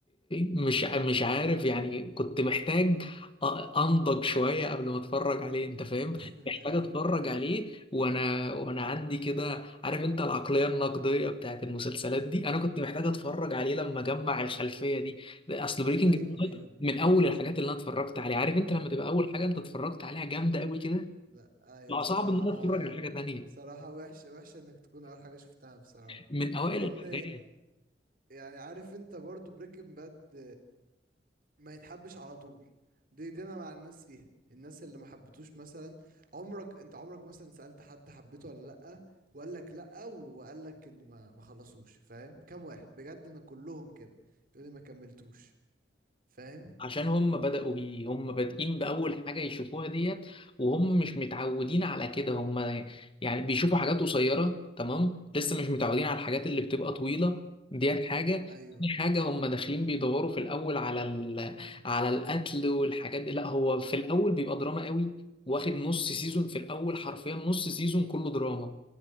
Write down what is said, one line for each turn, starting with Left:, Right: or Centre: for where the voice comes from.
Left: مش مش عارف يعني كنت محتاج أ- انضج شويه قبل ما اتفرج عليه انت فاهم
Right: <laughs>
Left: محتاج اتفرج عليه وانا وانا عندي كده عارف انت العقليه النقديه بتاعت المسلسلات دي انا كنت محتاج اتفرج عليه لما اجمع الخلفيه دي اصل بريكنج
Right: ايوه
Left: باد
Right: ايوه
Left: من اول الحاجات اللي انا اتفرجت عليها عارف انت لما تبقى اول حاجه انت اتفرجت عليها جامده قوي كده
Right: لا ايوه
Left: بقى
Right: بصراحة
Left: صعب ان انا اتفرج على حاجه تانيه
Right: بصراحة وحشة وحشة انك تكون اول حاجة شفتها بصراحة
Left: من اوائل
Right: لان
Left: الحاجات
Right: يعني عارف انت برضو بريكنج باد ما يتحبش على طول دي دي انا مع الناس فيها الناس اللي ما حبتوش مثلا عمرك انت عمرك مثلا سألت حد حبيته ولا لأ وقال لك لأ وقال لك انه ما ما خلصوش فاهم كام واحد بجد انا كلهم كده يقول لي ما كملتوش فاهم
Left: عشان هم بدأوا بيه هم بادئين بأول حاجة يشوفوها ديت وهم مش متعودين على كده هم يعني بيشوفوا حاجات قصيرة تمام لسه مش متعودين على الحاجات اللي بتبقى طويلة ديت حاجة تاني
Right: ايوه
Left: حاجة هم داخلين بيدوروا في الأول على ال... على القتل والحاجات دي لا هو في الأول بيبقى دراما قوي واخد نص سيزون في الأول حرفيا نص سيزون كله دراما